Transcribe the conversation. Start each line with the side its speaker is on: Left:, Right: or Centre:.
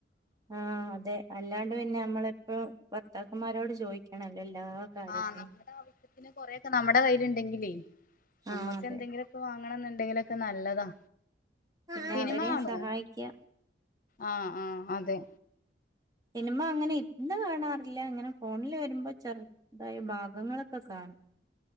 Right: ആഹ അതെ അല്ലാണ്ട് പിന്നെ നമ്മളെപ്പോഴും വർത്താക്കന്മാരോട് ചോദിക്കണല്ലോ എല്ലാ കാര്യത്തിനും
Left: ആഹ നമ്മുടെ ആവശ്യത്തിന് കൊറെൊക്കെ നമ്മടെ കയ്ൽുണ്ടെങ്കിലേ
Right: ആ
Left: നമ്മക്ക്
Right: അതെ
Left: എന്തെങ്കിലുമൊക്കെ വാങ്ങണം എന്നുണ്ടെങ്കിലൊക്കെ നല്ലതാ
Right: പിന്നെ
Left: സിനിമ
Right: അവരെയും
Left: കാണോ
Right: സഹായിക്കുക
Left: ആഹ ആഹ അതെ
Right: സിനിമ അങ്ങനെ എന്താ കാണാറില്ല ഇങ്ങനെ ഫോണിൽ വരുമ്പോ ചെറുതായ ഭാഗങ്ങളൊക്കെ കാണും <inaudible>